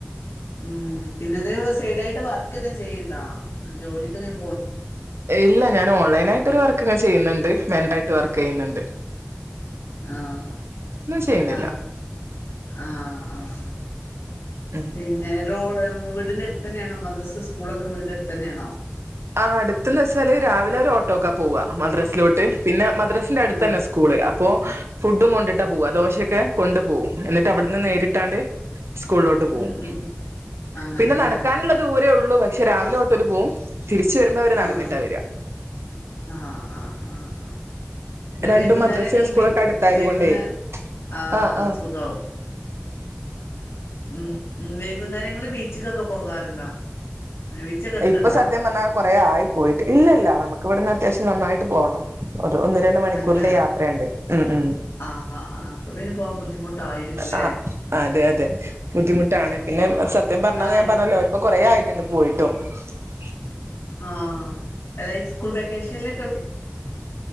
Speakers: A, on the left; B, on the right.
A: മ് പിന്നെ ന്തേലും സൈടായിട്ട് വർക്ക്‌ ചെയ്ണ്ണ്ണ്ടോ? ജോലി <unintelligible>
B: ഇല്ല ഞാൻ ഓൺലൈനായിട്ടോര് വർക്ക്‌ ചെയ്യ്ന്ന്ണ്ട് മെട്രായിട്ട് വർക്കീയ്യ്ന്ന്ണ്ട്
A: ആഹ്
B: ചെയ്യുന്നില്ല
A: ആഹ് ആഹ്
B: ഉം
A: പിന്നെ വീടിന്റെ എര്തന്നെണോ സ്കൂളും മദ്രാസൊക്കെ സ്കൂൾ ഒക്കെ വീടിനടുത്ത് തന്നെയാണോ
B: ആ അടുത്തുന്ന് വച്ചാല് രാവ രാവിലെ ഓട്ടയ്ക്കാ പോവാ മദ്രസ ഓട്ട പിന്നെ മദ്രസിന്റെ അടുത്ത്
A: ആഹ്
B: തന്നെ സ്കൂൾ അപ്പോ ഫുഡ് കൊണ്ടിട്ടാ പോവാ, ദോശക്ക് ക്കെ കൊണ്ടുപോകും എന്നിട്ട് അവിടുന്നങ് നേരിട്ട് അങ്ങട് സ്കൂളിലേക്ക് പോകും
A: ഉം
B: സ്കൂളിലേക്ക്
A: ഉം ഉം
B: പോകും
A: അങ്ങനെല്ലേ
B: പിന്നെ നടക്കാനുള്ള ദൂരേ ഉള്ളൂ ണ്ട് പക്ഷേ രാവിലെ തൊട്ട അവര് പോവു തിരിച്ചുവരുമ്പോൾ അവരും
A: ആഹ്
B: നടന്നിട്ടാ വരിക
A: ആഹ് ആഹ് ആഹ് ആഹ് ആഹ് പിന്നെ
B: രണ്ടു
A: വൈകുന്നേരങ്ങളിൽ
B: മദ്രസയിൽ സ്കൂൾ
A: ബി
B: ക്കടത്തായതുകൊണ്ടേ
A: വൈകുന്നേ ആഹ്
B: ആ ആ
A: സുഖാവും ഉം വൈകുന്നേരങ്ങളിൽ ബീച്ചിക്കക്ക പോകാറുണ്ടോ ബീച്ചൊക്കെ അടുത്ത്ണ്ടോ
B: ഇപ്പോൾ സത്യം പറഞ്ഞാൽ കു റെ ആയി പോയിട്ട് ഇല്ലില്ല നമുക്ക് ഇവിടുന്ന് അത്യാവശ്യം നന്നായിട്ട് പോകണം ഒരുഒന്ന് രണ്ട് മണിക്കൂർ
A: തന്നെ
B: യാത്രയുണ്ട് ഉം ഉം
A: ആഹ് ആഹ് ആഹ് അപ്പൊ പിന്നെ പോവാൻ ബുദ്ധിമുട്ടായിരിക്കൂല്ലേ
B: അത് അഅതെഅതെ ബുദ്ധിമുട്ടാണ് പിന്നെസത്യം പറഞ്ഞ്
A: ആഹ്
B: ഞാൻപറഞ്ഞല്ലോ ഇപ്പോൾ കുറെയായി <inaudible>
A: ആ ആ അതായത് സ്കൂൾ വെക്കേഷന് <inaudible>